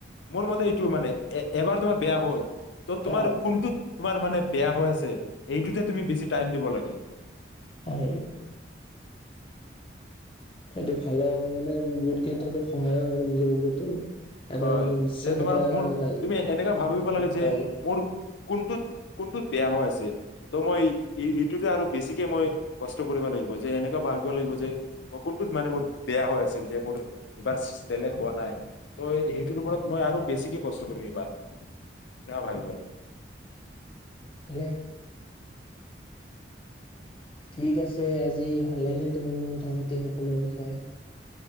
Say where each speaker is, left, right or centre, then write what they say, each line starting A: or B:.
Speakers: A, on the left; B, on the left.
A: মোৰ মতে এইটো মানে এ, এবাৰ তোমাৰ বেয়া হ'ল ত
B: নিজক
A: তোমাৰ
B: অ
A: কোনটো, তোমাৰ মানে বেয়া হৈ আছে, এইটোতে তুমি বেছি টাইম দিব লাগে।
B: হয়। সেইটো ভালৰ মানে বহুত ক্ষেত্ৰত সহায়ক হয় নিজৰ ওপৰতো এটা
A: হয়,
B: মানে বিশ্বাস
A: যে তোমাৰ
B: এটা
A: মোৰ
B: মানে
A: তুমি এনেকা ভাবিব লাগে যে
B: হয়।
A: মোৰ, কোনটোত -কোনটোত বেয়া হৈ আছে ত' মই এইটোতে আৰু বেছিকে মই কষ্ট কৰিবা লাগিব যে এনেকুৱা ভাবিব লাগিব যে মই কোনটোত মানে মোৰ বেয়া হৈ আছিল যে মোৰ এইবাৰ চেলেক হোৱা নাই। ত'সেইটোৰ ওপৰত মই আৰু বেছিকে কষ্ট কৰিম এইবাৰ। <unintelligible>
B: ভালে। ঠিক আছে, আজি ভাল লাগিল তোমাৰ মই কথা পাতি সপোনৰ বিষয়ে।